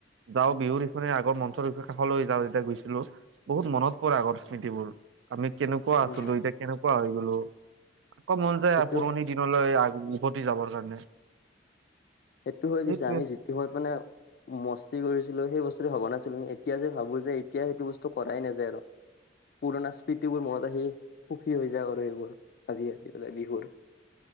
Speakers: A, on the right (about 75°); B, on the left (about 55°).
A: যাওঁ বিহুৰ ইখনে আগৰ মঞ্চৰ বিষয়ে কাষলৈ যাওঁ যেতিয়া গৈছিলো বহুত মনত পৰে আগৰ স্মৃতিবোৰ আমি কেনেকুৱা
B: উম
A: আছিলো এতিয়া কেনেকুৱা হৈ গলো আকৌ মন যায়
B: সেইটো
A: পুৰণি দিনলৈ উভতি যাবৰ কাৰণে
B: সেইটো হৈ
A: সেইটোৱে
B: পিছে আমি যিটো হত মানে মস্তি কৰিছিলো সেই বস্তু ভবা নাছিলো কি এতিয়া যে ভাবো যে এতিয়া সেইটো বস্তু কৰাই নাযায় আৰু পুৰণা স্মৃতিবোৰ মনত আহি সুখী হৈ যাওঁ আৰু সেইবোৰ ভাবি ভাবি পেলাই বিহুৰ